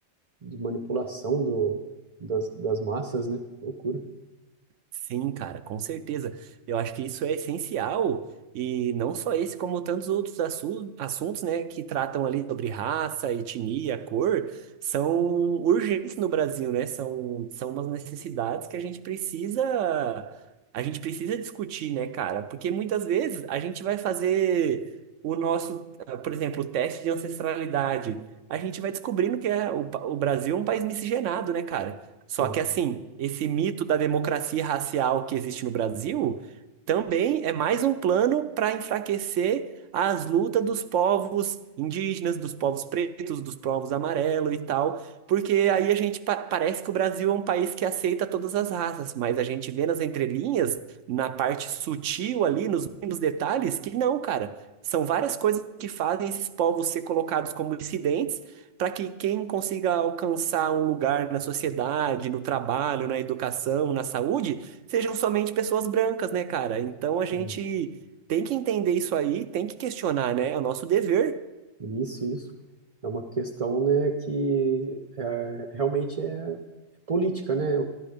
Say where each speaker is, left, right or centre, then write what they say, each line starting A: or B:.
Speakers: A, on the right (about 35°); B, on the right (about 70°).
A: de manipulação do, das, das massas, né? Loucura.
B: Sim, cara, com certeza. Eu acho que isso é essencial, e não só esse, como tantos outros assu- assuntos, né, que tratam ali sobre raça, etnia, cor, são urgentes no Brasil, né? São, são umas necessidades que a gente precisa, a gente precisa discutir, né, cara? Porque muitas vezes a gente vai fazer o nosso, ah, por exemplo, o teste de ancestralidade. A gente vai descobrindo que é, o, pa- o Brasil é um país miscigenado, né, cara? Só
A: Sim.
B: que, assim, esse mito da democracia racial que existe no Brasil também é mais um plano para enfraquecer as lutas dos povos indígenas, dos povos pretos, dos povos amarelos e tal, porque aí a gente pa- parece que o Brasil é um país que aceita todas as raças, mas a gente vê nas entrelinhas, na parte sutil ali, nos mínimos detalhes, que não, cara. São várias coisas que fazem esses povos ser colocados como dissidentes para que quem consiga alcançar um lugar na sociedade, no trabalho, na educação, na saúde, sejam somente pessoas brancas, né, cara? Então a gente
A: Sim.
B: tem que entender isso aí, tem que questionar, né? É o nosso dever.
A: Isso, isso. É uma questão, né, que é, realmente é, é política, né?